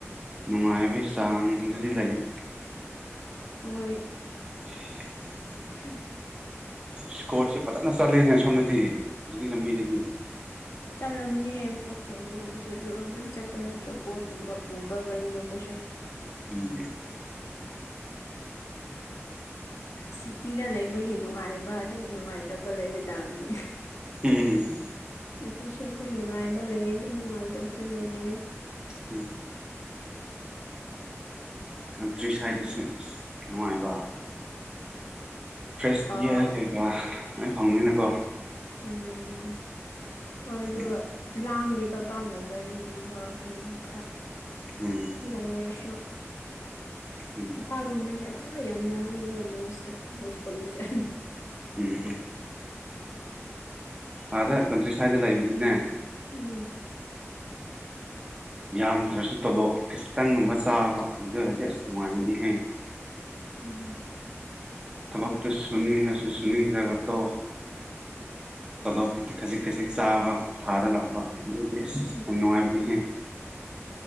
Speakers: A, on the right (about 20°); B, on the left (about 85°).
A: ꯅꯨꯡꯉꯥꯏꯕꯩꯒꯤ ꯆꯥꯡꯗꯨꯗꯤ ꯂꯩꯗ
B: ꯍꯣꯏ
A: <unintelligible>
B: ꯎꯝ
A: ꯏꯁꯀꯣꯠꯁꯦ ꯐꯖꯅ ꯆꯠꯂꯦꯅꯦ ꯁꯣꯝꯗꯗꯤ ꯍꯧ ꯂꯝꯕꯤꯗꯗꯤ
B: ꯆꯠꯂꯝꯅꯤꯌꯦ ꯄꯣꯠ ꯀꯩꯅꯣꯒꯨꯝꯕꯁꯨ ꯑꯗꯨꯔꯣꯝ ꯑꯗꯨꯝ ꯆꯠꯄ ꯅꯠꯇ꯭ꯔꯣ ꯄꯣꯠꯀꯨꯝꯕ ꯄꯨꯕ ꯒꯥꯔꯤꯒꯨꯝꯕꯁꯨ
A: ꯎꯝ
B: ꯁꯤꯇꯤꯗ ꯂꯩꯕꯒꯤ ꯅꯨꯡꯉꯥꯏꯕ ꯑꯗꯨꯝ ꯅꯨꯡꯉꯥꯏꯇꯕ ꯂꯩꯕ ꯇꯥꯕꯅꯤ
A: ꯍꯝ
B: ꯑꯩꯈꯣꯏꯁꯨ ꯑꯩꯈꯣꯏ ꯅꯨꯡꯉꯥꯏꯕ ꯂꯩꯑ ꯑꯗꯨꯝ ꯅꯨꯡꯉꯥꯏꯇꯕꯁꯨ ꯂꯩꯑ
A: ꯎꯝ ꯀꯟꯇ꯭ꯔꯤ ꯁ꯭ꯥꯏꯗꯁꯨ ꯅꯨꯡꯉꯥꯏꯕ ꯐ꯭ꯔꯦꯁ
B: ꯑꯥ
A: ꯏꯌꯥꯔ ꯀꯩꯀꯥ ꯂ ꯐꯪꯕꯅꯤꯅꯀꯣ
B: ꯎꯝ ꯍꯣꯏ ꯑꯗꯨꯒ
A: ꯎꯝ
B: ꯂꯥꯡꯗꯦꯕ ꯕꯥꯡꯗ ꯒꯥꯔꯤꯒꯨꯝꯕ ꯀꯔꯤꯔꯥ ꯈꯔ
A: ꯎꯝ
B: ꯂꯩꯔꯁꯨ
A: ꯎꯝ
B: ꯑꯥꯒꯨꯝꯕꯅꯦ ꯑꯥ ꯌꯥꯝ ꯂꯥꯡꯉꯦꯕ ꯅꯣꯏꯁꯇꯣ ꯅꯣꯏꯁ ꯄꯣꯂꯨꯁꯟ꯫
A: ꯎꯝ ꯑꯥꯗ ꯀꯟꯇ꯭ꯔꯤ ꯁꯥꯏꯗ ꯂꯩꯕꯗꯤꯅꯦ
B: ꯎꯝ
A: ꯌꯥꯝꯗ꯭ꯔꯁꯨ ꯇꯣꯂꯣꯞ ꯈꯖꯤꯛꯇꯪꯒꯨꯝꯕ ꯆꯥꯕ ꯑꯗꯨ ꯑꯣꯏꯔꯗꯤ ꯑꯁ ꯅꯨꯡꯉꯥꯏꯕꯗꯤꯍꯦ꯫
B: <unintelligible>
A: ꯊꯕꯛꯇ ꯁꯨꯅꯤꯡꯉꯁꯨ
B: ꯎꯝ
A: ꯁꯨꯅꯤꯡꯗ꯭ꯔꯒ ꯇꯣ ꯇꯣꯂꯣꯞ ꯀꯤꯇꯤ ꯈꯖꯤꯛ ꯈꯖꯤꯛ ꯆꯥꯕ ꯊꯥꯗ ꯂꯥꯛꯄ ꯑꯗꯨꯗꯤ ꯑꯁ
B: ꯎꯝ
A: ꯌꯝ ꯅꯨꯡꯉꯥꯏꯕꯅꯤꯍꯦ꯫